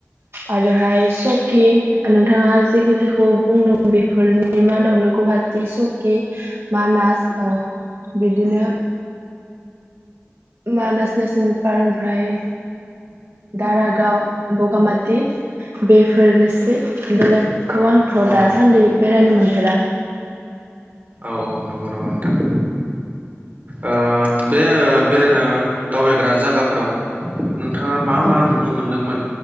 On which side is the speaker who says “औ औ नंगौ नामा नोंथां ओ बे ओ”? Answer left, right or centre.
Right